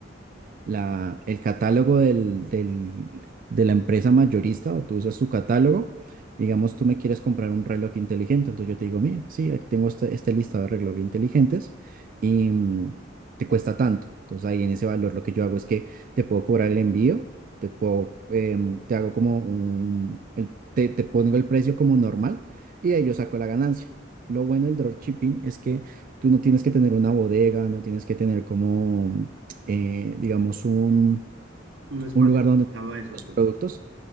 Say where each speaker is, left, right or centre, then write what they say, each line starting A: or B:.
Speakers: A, on the right (about 45°); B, on the right (about 85°).
A: la, el catálogo del, del- de la empresa mayorista o tú usas su catálogo. Digamos, tú me quieres comprar un reloj inteligente, entonces yo te digo, mira, sí, aquí tengo este, este listado de relojes inteligentes y mm, te cuesta tanto. Entonces ahí en ese valor lo que yo hago es que te puedo cobrar el envío, te puedo, em, te hago como un, el- te, te pongo el precio como normal y de ahí yo saco la ganancia. Lo bueno del dropshipping es que tú no tienes que tener una bodega, no tienes que tener como eh, digamos, un,
B: Un espacio
A: un lugar donde
B: dedicado a eso,
A: los
B: pues.
A: productos.